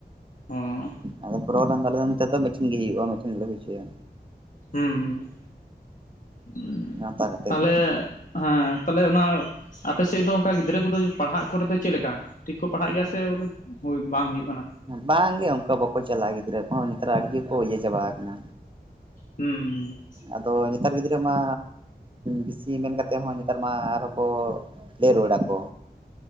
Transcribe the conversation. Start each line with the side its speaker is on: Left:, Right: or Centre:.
Left: ᱦᱩᱸ
Right: ᱟᱫᱚ ᱯᱨᱳᱜᱨᱟᱢ ᱟᱫᱚ ᱟᱞᱮ ᱫᱚ ᱱᱚᱱᱛᱮ ᱫᱚ ᱢᱤᱴᱮᱱ ᱜᱮ ᱦᱩᱭᱩᱜᱼᱟ ᱢᱤᱫᱴᱮᱱ ᱜᱮᱞᱮ ᱦᱚᱪᱚᱭᱟ᱾
Left: ᱦᱩᱸ ᱦᱩᱸ
Right: ᱜᱟᱶᱛᱟ ᱠᱟᱛᱮ
Left: ᱛᱟᱦᱚᱞᱮ
Right: ᱜᱮ
Left: ᱦᱮᱸ ᱛᱟᱦᱚᱞᱮ ᱚᱱᱟ ᱟᱯᱮ ᱥᱮᱫ ᱫᱚ ᱚᱱᱠᱟ ᱜᱤᱫᱽᱨᱟᱹ ᱠᱚᱫᱚ ᱯᱟᱲᱦᱟᱜ ᱠᱚᱨᱮᱮᱫ ᱫᱚ ᱪᱮᱫ ᱞᱮᱠᱟ ᱴᱷᱤᱠ ᱠᱚ ᱯᱟᱲᱦᱟᱜ ᱜᱮᱭᱟ ᱥᱮ ᱵᱚᱞᱮ ᱦᱩᱭ ᱵᱟᱝ ᱦᱩᱭᱩᱜ ᱠᱟᱱᱟ᱾
Right: ᱵᱟᱝᱜ ᱜᱮ ᱚᱱᱠᱟ ᱵᱟᱠᱚ ᱪᱟᱞᱟᱜᱼᱟ ᱜᱤᱫᱽᱨᱟᱹ ᱠᱚᱦᱚᱸ ᱱᱮᱛᱟᱨ ᱟᱹᱰᱤ ᱜᱮᱠᱚ ᱤᱭᱟᱹ ᱪᱟᱵᱟ ᱟᱠᱟᱱᱟ᱾
Left: ᱦᱩᱸ ᱦᱩᱸ᱾
Right: ᱟᱫᱚ ᱱᱮᱛᱟᱨ ᱜᱤᱫᱽᱨᱟᱹ ᱢᱟ, ᱵᱮᱥᱤ ᱢᱮᱱ ᱠᱟᱛᱮᱫ ᱦᱚᱸ ᱱᱮᱛᱟᱨ ᱢᱟ ᱟᱨᱦᱚᱸ ᱠᱚ, ᱞᱮ ᱨᱩᱣᱟᱹᱲᱟᱠᱚ᱾